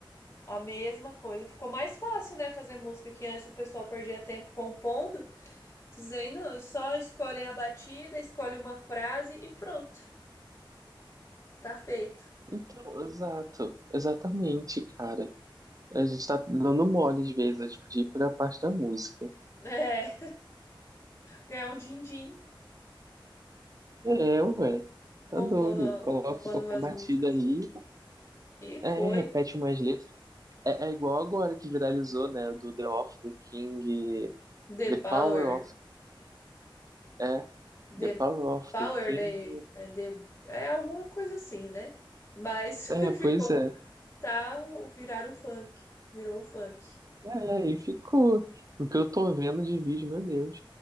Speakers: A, on the left; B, on the right.
A: A mesma coisa. Ficou mais fácil, né, fazer música que antes o pessoal perdia tempo compondo. Vocês aí não, eles só escolhem a batida, escolhem uma frase e pronto, tá feito. <laughs>
B: Então, exato, exatamente, cara. A gente tá dando mole às vezes, é, tipo, de ir pra parte da música.
A: É, ganhar um din-din
B: É, ué,
A: compondo,
B: tá doido. Coloca
A: compondo
B: qualquer
A: umas
B: batida
A: músicas.
B: aí,
A: E
B: é,
A: foi
B: repete umas letras. É, é igual agora que viralizou, né, do The of the King,
A: The
B: The
A: Power,
B: Power of é,
A: The
B: The Power of
A: Power,
B: the King.
A: The, The é alguma coisa assim, né? Mas
B: É,
A: <laughs> ficou,
B: pois é.
A: tá, viraram o funk, virou o funk.
B: É, e ficou. O que eu tô vendo de vídeo, meu Deus.